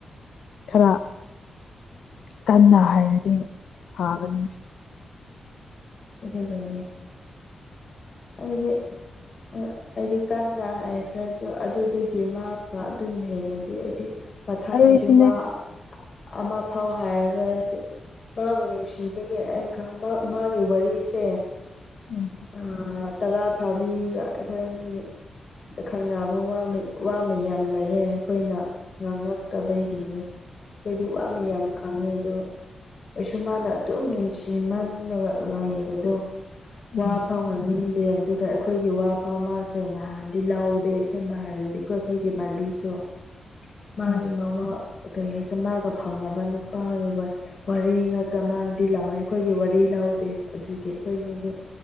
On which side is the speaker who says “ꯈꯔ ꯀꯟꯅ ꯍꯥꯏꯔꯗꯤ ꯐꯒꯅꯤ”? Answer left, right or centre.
Left